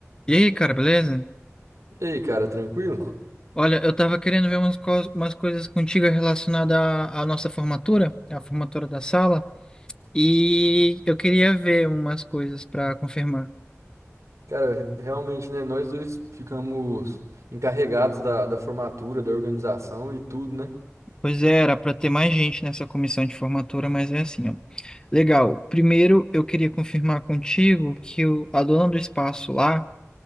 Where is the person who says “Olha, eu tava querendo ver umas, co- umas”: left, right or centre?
Left